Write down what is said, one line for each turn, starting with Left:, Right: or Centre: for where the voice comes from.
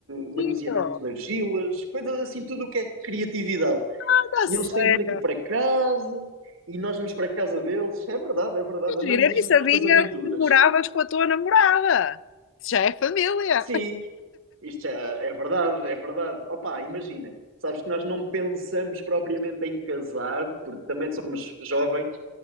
Right: manuseamento
Left: E eu,
Right: de argilas, coisas assim, tudo o que é criatividade.
Left: anda
Right: E
Left: sério,
Right: eles têm vindo aqui para casa e nós vamos para a casa deles. É verdade, é verdade,
Left: que
Right: andamos
Left: giro, eu nem sabia
Right: nestas aventuras.
Left: que tu moravas com a tua namorada. Isso Já é família.
Right: Sim, isto é, é verdade, é verdade. Opa, imagina. Sabes que nós não pensamos propriamente em casar, porque também somos jovens,